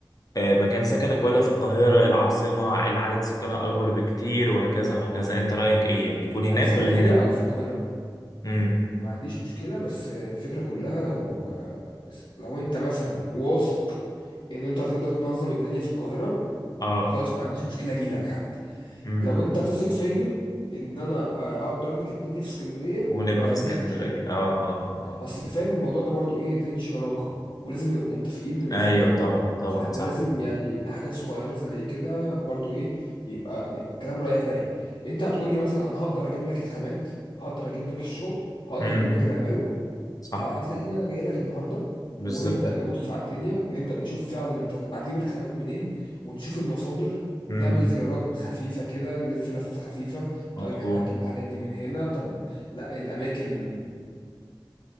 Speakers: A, on the left; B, on the left.
A: آه، مكان سكنك ولا في القاهرة العاصمة اللي عدد سكانها اكبر بكتير وهكذا وهكذا انت رأيك ايه يعني يكون
B: مع
A: هناك
B: في اسكندريه
A: ولا هنا
B: او في القاهره
A: امم
B: ما عنديش مشكله بس آه، الفكره كلها لو آه، لو انت مثلا واثق ان انت هتقدر تنظم الدنيا في القاهره
A: اه
B: خلاص ما عنديش مشكله اجيلك حتى
A: امم
B: لو انت تثق فيا ان انا آه، اقدر املك الدنيا في اسكندريه
A: ونبقى
B: ما
A: في
B: عنديش
A: اسكندرية
B: مشكله
A: اه اه اه
B: اصل فاهم الموضوع ده برضو ايه دي دي شراكه ولازم نبقى متفقين من
A: ايوه
B: البدايه
A: طبعا طبعا
B: فاحنا
A: صح
B: لازم يعني حاجات صغيره زي كده برضو ايه يبقى يبقى الكلام رايح جاي انت هتقول لي مثلا انا هقدر اجيب لك الخامات هقدر اجيب لك الشغل هقدر
A: امم
B: اجيب لك العماله
A: صح
B: هتلاقيني انا جاي لك النهارده
A: بالظبط
B: ونبدا نبص على الدنيا نبدا نشوف فعلا انت هتجيب الخامات منين ونشوف المصادر
A: امم
B: نعمل زيارات خفيفة كده نلف لفة خفيفة
A: مظبوط
B: طيب احنا هنجيب الحاجات دي من هنا طب لا الأماكن